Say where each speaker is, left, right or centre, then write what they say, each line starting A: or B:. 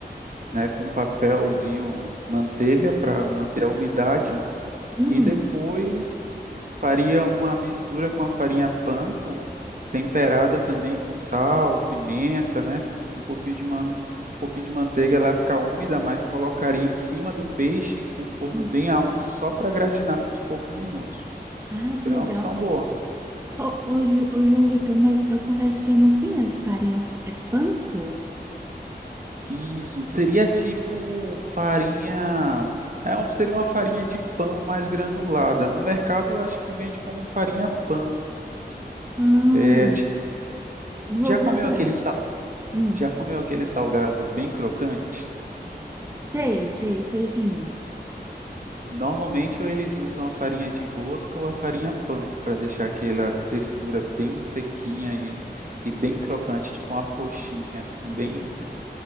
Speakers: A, on the right; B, on the right.
A: né? Com um papelzinho manteiga para manter a umidade
B: Hum.
A: E depois faria uma mistura com a farinha panko, temperada também com sal, pimenta, né? Um pouquinho de, man... um pouquinho de manteiga, ela ia ficar úmida, mas colocaria em cima do peixe com forno
B: Hum.
A: bem alto só para gratinar por poucos minutos.
B: Ai,
A: Seria
B: que legal.
A: uma opção boa.
B: Ô, ô, Ju- ô, João Vitor, mas eu confesso que eu não conheço farinha. É panko?
A: Isso, seria tipo farinha. É, uma- seria uma farinha de pão mais granulada. No mercado, eu acho que vende como farinha panko.
B: Ah,
A: É, j-
B: vou
A: já
B: procurar.
A: comeu aquele
B: Hum.
A: Já comeu aquele salgado bem crocante?
B: Sei, sei, sei sim.
A: Normalmente ou eles usam a farinha de rosca ou a farinha panko para deixar aquela textura bem sequinha e, e bem crocante, tipo uma coxinha assim, bem,